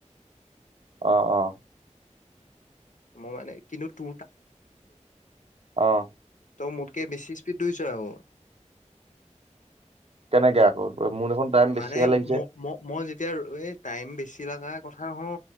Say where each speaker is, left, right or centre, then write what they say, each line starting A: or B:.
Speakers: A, on the right; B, on the left.
A: অ-অ।
B: মই মানে কিন্তু।
A: অহ ',
B: ত' মোটকে বেছি স্পীড দুই চোৱাব।
A: কেনেকে আকৌ মোৰ দেখোন টাইম বেছিহে
B: মানে
A: লাগিছে
B: ম মই যেতিয়া ৰ টাইম বেছি কথা কওঁ